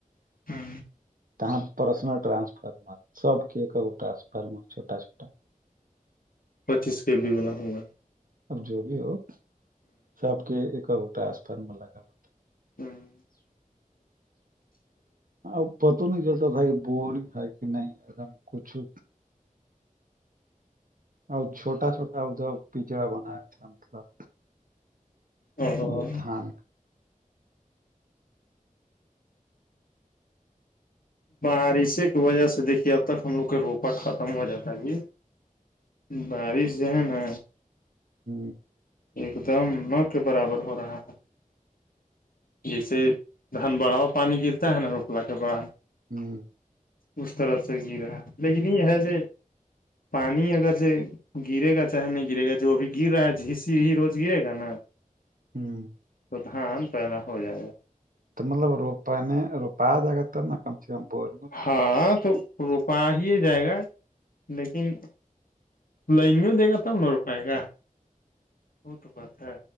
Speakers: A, on the left (about 85°); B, on the right (about 75°).
A: ہے
B: ت پرسنل رانسفر مر سب کے ایکگٹاس پر میں چھوٹا چھوٹا
A: پچیس کے بی میں نہ ہوںگا
B: اب جو بھی ہو سب کے ایک اور گٹسپرم لگا ہوا
A: ہوں
B: آ پت نہیں ج تھا کہ بور ہے کہ نہیں کچھو اور چھوٹا چھوٹا ا جو پچڑا بنایا تھا مطلب
A: او
B: یہتان
A: بارشے کی وجہ سے دیکھیے اب تک ہم لوگ کا روپا ختم ہو جاتا ہے جی بارش جو ہے نا
B: ہ
A: ایک دم ن کے برابر ہو رہا ہے جیسے دان بڑا ہوا پانی گرتا ہے نا روپلا کے بڑا
B: ہوں
A: اس طرف سے گرا لیکن یہ ہے جو پانی اگر سے گرے گا چاہے نہیں گرے گا جو ابھی گر رہا ہے جسی ہی روز گرے گا نا
B: ہوں
A: توتحاں عام پیدا ہو جائے گا
B: تو مطلب روپ نے روپا جگا ت کم چیپور
A: ہاں تو روپا ہی جائے گا لیکن لائن میں دے گا تب نہ ر پائے گا وہ تو بات ہے